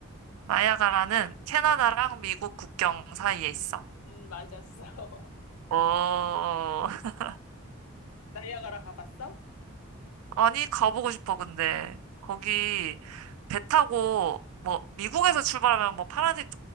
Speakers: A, on the right; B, on the left.
A: 나이아가라는 캐나다랑 미국 국경 사이에 있어.
B: 음, 맞았어. <laughs>
A: 어, <laughs>
B: 나이아가라 가봤어?
A: 아니, 가보고 싶어, 근데. 거기 배 타고, 뭐, 미국에서 출발하면 뭐 파란색